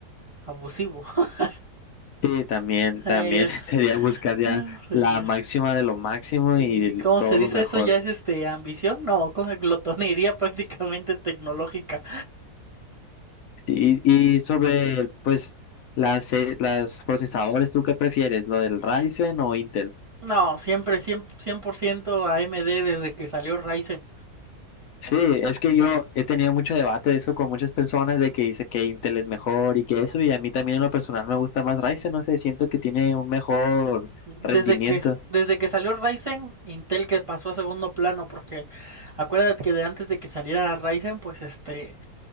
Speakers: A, on the right (about 40°); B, on the left (about 70°).
A: abusivo. <laughs>
B: Sí, también,
A: Eh,
B: también <laughs> sería buscar ya
A: eh, sí,
B: la
A: ya.
B: máxima de lo máximo
A: Eh,
B: y el-
A: ¿cómo
B: todo
A: se dice
B: lo mejor.
A: eso? ¿Ya es este ambición? No, cosa glotonería <laughs> prácticamente tecnológica.
B: Y, y sobre, pues, las, eh, las procesadores, ¿tú qué prefieres? ¿Lo del Ryzen o Intel?
A: No, siempre, 100%, 100% AMD desde que salió Ryzen.
B: Sí, es que yo
A: Sí.
B: he tenido mucho debate de eso con muchas personas de que dice que Intel es mejor y que eso, y a mí también en lo personal me gusta más Ryzen, no sé, siento que tiene un mejor
A: Desde
B: rendimiento.
A: que, desde que salió Ryzen, Intel que pasó a segundo plano, porque acuérdate que de antes de que saliera Ryzen, pues este,